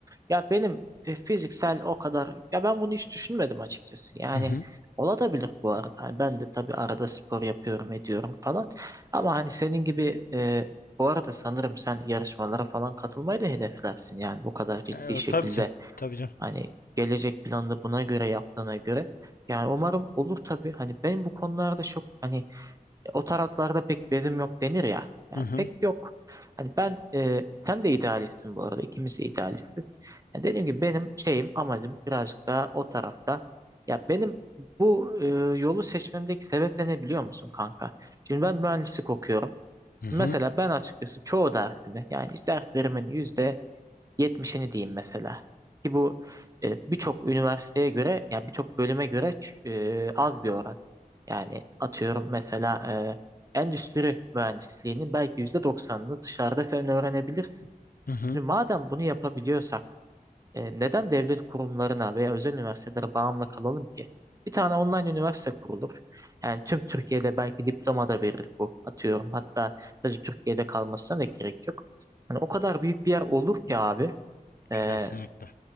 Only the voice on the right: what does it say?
Ya benim fi- fiziksel o kadar ya ben bunu hiç düşünmedim açıkçası. Yani
olabilir bu arada. Hani ben de tabii arada spor yapıyorum, ediyorum falan. Ama hani senin gibi e, bu arada sanırım sen yarışmalara falan katılmayı da hedeflersin. Yani bu kadar ciddi
şekilde
hani gelecek planını buna göre yaptığına göre. Yani umarım olur tabii. Hani benim bu konularda çok hani o taraklarda pek bezim yok denir ya. Yani
pek yok. Hani ben e, sen de idealistsin bu arada. İkimiz de idealistiz. Yani dediğim gibi benim şeyim amacım birazcık daha o tarafta. Ya benim bu e, yolu seçmemdeki sebep de ne biliyor musun kanka? Şimdi ben mühendislik okuyorum.
Şimdi mesela ben açıkçası çoğu dersimi yani işte derslerimin yüzde 70'ini diyeyim mesela. Ki bu e, birçok üniversiteye göre ya birçok bölüme göre ç- e, az bir oran. Yani atıyorum mesela e, endüstri mühendisliğinin belki %90'ını dışarıda sen öğrenebilirsin.
Şimdi madem bunu yapabiliyorsak e, neden devlet kurumlarına veya özel üniversitelere bağımlı kalalım ki? Bir tane online üniversite kurulur. Yani tüm Türkiye'de belki diploma da verir bu atıyorum. Hatta sadece Türkiye'de kalmasına da gerek yok. Hani o kadar büyük bir yer olur ki abi. E,